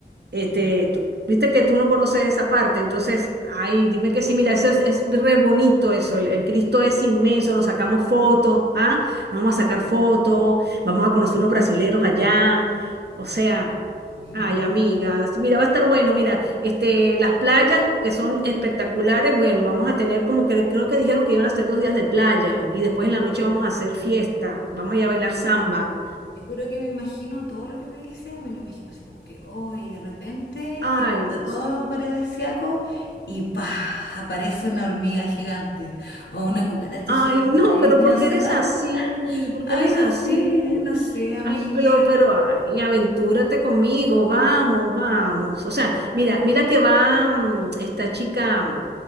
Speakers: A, on the right; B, on the left.
A: Este,
B: Ya.
A: tú- viste que tú no conoces esa parte, entonces, ay, dime que sí, mira, eso es, es re bonito eso, el, el Cristo es inmenso, nos sacamos fotos, ¿ah? Nos vamos a sacar fotos, vamos a conocer unos brasileros allá, o sea,
B: Ujú.
A: Ay, amigas, mira, va a estar bueno, mira, este, las playas que son espectaculares, bueno, vamos a tener como que creo que dijeron que iban a hacer dos días de playa y después en la noche vamos a hacer fiesta, vamos
B: Oye,
A: a ir a bailar
B: mira,
A: samba.
B: te, te juro que me imagino todo lo que me dices, me lo imagino así como que hoy de repente
A: Ay,
B: eh, está todo paradisíaco y pa, aparece una hormiga gigante o una cucaracha
A: Ay,
B: gigante
A: no, pero
B: y pienso,
A: porque eres
B: ah,
A: así? porque
B: ay,
A: eres
B: no
A: así?
B: sé, no sé, amiga.
A: Ay, pero, pero, ay, aventúrate conmigo, vamos, vamos. O sea, mira, mira que va mm, esta chica,